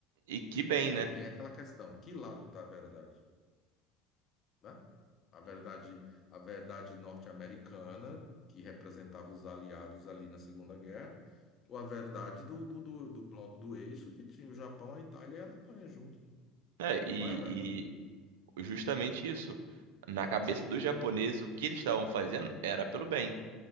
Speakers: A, on the right; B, on the left.
A: e que bem,
B: Aí
A: né?
B: vem aquela questão, que lado tá a verdade, né? A verdade, a verdade norte-americana, que representava os aliados ali na Segunda Guerra, ou a verdade do, do, do, do bloco do eixo, que tinha o Japão, a Itália e a Alemanha junto. né?
A: É, e,
B: Qual é a verdade?
A: e justamente isso. Na cabeça dos japoneses, o que eles estavam fazendo era pelo bem.